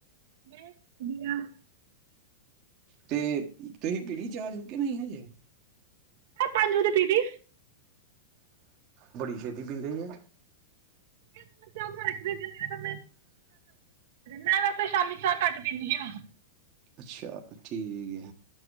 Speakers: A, on the right; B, on the right.
A: ਮੈਂ ਵਧੀਆ ਮੈਂ
B: ਤੇ ਤੁਸੀਂ ਪੀੜੀ ਚ ਆਜੂ ਕਿ ਨਹੀਂ ਹਜੇ
A: ਮੈਂ ਪੰਜ ਵਜੇ ਦੀਦੀ
B: ਬੜੀ ਛੇਤੀ ਪੀਂਦੇ ਜੇ।
A: <unintelligible> ਮੈਂ ਵੈਸੇ ਸ਼ਾਮੀ ਚਾਹ ਕੱਟ ਪੀਦੀ ਆ
B: ਅੱਛਾ ਠੀਕ ਏ